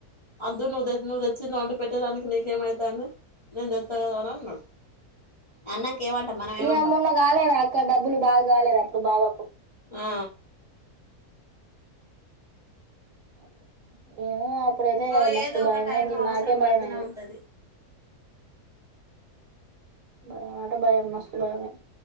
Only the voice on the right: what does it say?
ఇగ
మొన్న కాలేదా అక్క డబ్బులు బాగా కాలేదా అప్పుడు బావ కి
<unintelligible> అప్పుడైతే
మస్తు
భయమైంది
మాకే
భయమయింది
భయమంటే భయం మస్తు భయమయ్యింది